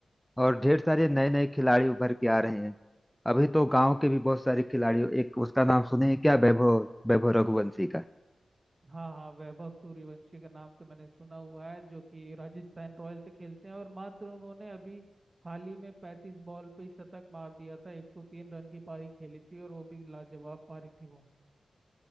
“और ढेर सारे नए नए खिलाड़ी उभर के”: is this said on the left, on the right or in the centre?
Centre